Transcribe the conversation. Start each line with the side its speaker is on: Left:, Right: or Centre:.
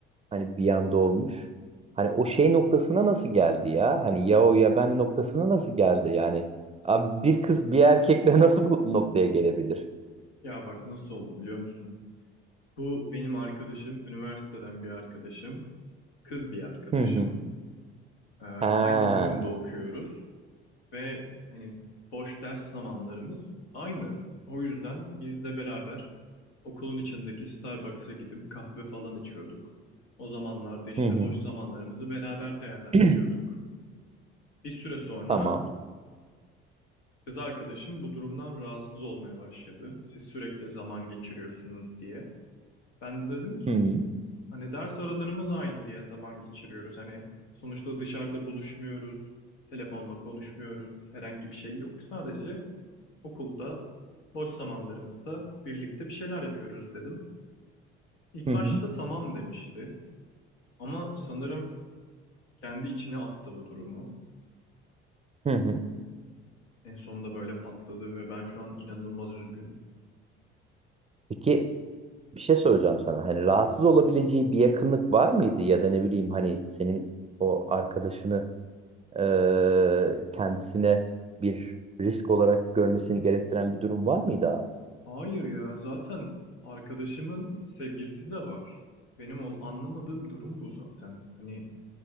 Right: Hani bir anda olmuş. Hani o şey noktasına nasıl geldi ya? Hani ya o ya ben noktasına nasıl geldi yani? Abi bir kız bir erkekle <laughs> nasıl bu noktaya gelebilir?
Left: Ya bak nasıl oldu biliyor musun? Bu benim arkadaşım, üniversiteden bir arkadaşım, kız bir arkadaşım.
Right: Hı hı.
Left: Ee,
Right: Ha.
Left: aynı bölümde okuyoruz. Ve hani boş ders zamanlarımız aynı. O yüzden biz de beraber okulun içindeki Starbucks'a gidip kahve falan içiyorduk. O zamanlarda işte
Right: Hı hı.
Left: boş zamanlarımızı beraber değerlendiriyorduk.
Right: <clears throat>
Left: Bir süre sonra
Right: Tamam.
Left: kız arkadaşım bu durumdan rahatsız olmaya başladı. Siz sürekli zaman geçiriyorsunuz diye. Ben de dedim ki
Right: Hı hı.
Left: hani ders aralarımız aynı diye zaman geçiriyoruz. Hani sonuçta dışarıda buluşmuyoruz, telefonla konuşmuyoruz, herhangi bir şey yok. Sadece okulda boş zamanlarımızda birlikte bir şeyler yapıyoruz dedim. İlk
Right: Hı
Left: başta
Right: hı.
Left: tamam demişti ama sanırım kendi içine attı bu durumu.
Right: Hı hı.
Left: En sonunda böyle patladı ve ben şu an inanılmaz üzgünüm.
Right: Peki Bir şey söyleyeceğim sana. Hani rahatsız olabileceği bir yakınlık var mıydı ya da ne bileyim hani senin o arkadaşını eee, kendisine bir risk olarak görmesini gerektiren bir durum var mıydı abi?
Left: Hayır ya zaten arkadaşımın sevgilisi de var. Benim ol anlamadığım durum bu zaten. Hani